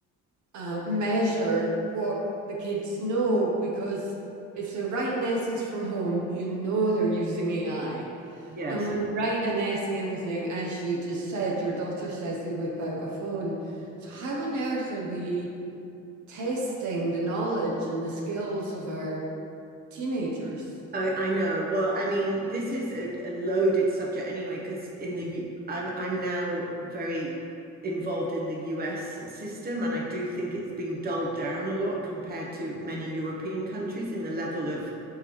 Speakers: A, on the right; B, on the right.
A: uh, measure what the kids know because if they're writing essays from home, you know they're using AI.
B: Yes.
A: And when you write an essay in the thing, as you just said, your daughter says they whip out a phone. So how on earth are we testing the knowledge and the skills of our teenagers?
B: I, I know. Well, I mean, this is a, a loaded subject anyway, because in the U I'm I'm now very involved in the US system, and I do think it's been dulled down a lot compared to many European countries in the level of